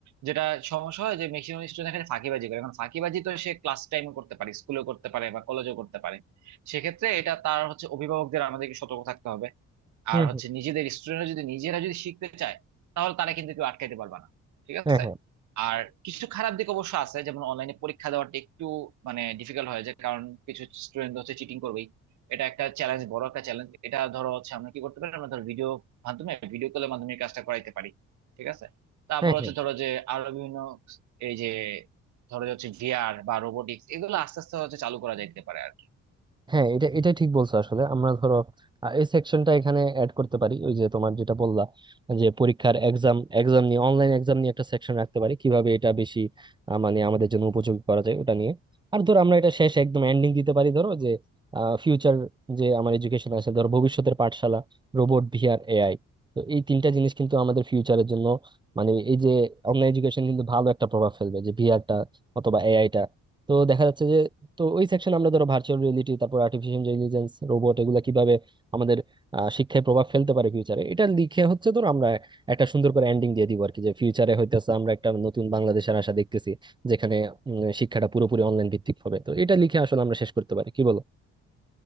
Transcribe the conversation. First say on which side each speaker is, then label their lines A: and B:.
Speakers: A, on the right (about 70°); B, on the right (about 15°).
A: যেটা সমস্যা হয় যে ম্যাক্সিমাম স্টুডেন্ট এখানে ফাঁকিবাজি করে এখন ফাঁকিবাজি তো সে ক্লাস টাইমে করতে পারে স্কুলেও করতে পারে বা কলেজেও করতে পারে সেক্ষেত্রে এটা তার হচ্ছে অভিভাবকদের আমাদেরকে সতর্ক থাকতে হবে
B: হুম
A: আর হচ্ছে
B: হুম
A: নিজেদের স্টুডেন্টরা যদি নিজেরা যদি শিখতে চায় তাহলে তারা কিন্তু কেউ আটকাইতে পারবে না ঠিক আছে
B: হ্যাঁ হ্যাঁ
A: আর কিছু খারাপ দিক অবশ্য আছে যেমন অনলাইনে পরীক্ষা দেওয়াটা একটু মানে ডিফিকাল্ট হয়ে যায় কারণ কিছু স্টুডেন্ট হচ্ছে চিটিং করবেই এটা একটা চ্যালেঞ্জ বড় একটা চ্যালেঞ্জ এটা ধরো হচ্ছে আমরা কি করতে পারি আমরা ধরো ভিডিও মাধ্যমে ভিডিও কলের মাধ্যমে এই কাজটা করাইতে পারি ঠিক আছে তারপর
B: হ্যাঁ
A: হচ্ছে
B: হ্যাঁ
A: ধরো যে আরো বিভিন্ন এই যে ধরো যে হচ্ছে ভিআর বা রোবোটিক্স এগুলো আস্তে আস্তে হচ্ছে চালু করা যাইতে পারে আর কি
B: হ্যাঁ এটা এটা ঠিক বলছো আসলে আমরা ধরো আহ, এই সেকশনটা এখানে অ্যাড করতে পারি ওই যে তোমার যেটা বললা যে পরীক্ষার এক্সাম এক্সাম নিয়ে অনলাইন এক্সাম নিয়ে একটা সেকশন রাখতে পারি কিভাবে এটা বেশি আহ, মানে আমাদের জন্য উপযোগী করা যায় ওটা নিয়ে আর ধরো আমরা এটা শেষ একদম এন্ডিং দিতে পারি ধরো যে ফিউচার যে আমার এডুকেশন আছে ধরো ভবিষ্যতের পাঠশালা রোবট ভিআর এআই তো এই তিনটা জিনিস কিন্তু আমাদের ফিউচারের জন্য মানে এই যে অনলাইন এডুকেশন কিন্তু ভালো একটা প্রভাব ফেলবে যে ভিআরটা অথবা এআইটা তো দেখা যাচ্ছে যে তো ওই সেকশন আমরা ধরো ভার্চুয়াল রিয়েলিটি তারপর আর্টিফিশিয়াল ইন্টেলিজেন্স রোবট এগুলো কিভাবে আমাদের আহ, শিক্ষায় প্রভাব ফেলতে পারে ফিউচারে এটা লিখে হচ্ছে ধরো আমরা একটা সুন্দর করে এন্ডিং দিয়ে দিব আর কি যে ফিউচারে হইতেছে আমরা একটা নতুন বাংলাদেশের আশা দেখতেছি যেখানে উম, শিক্ষাটা পুরোপুরি অনলাইন ভিত্তিক হবে তো এটা লিখে আসলে আমরা শেষ করতে পারি কি বলো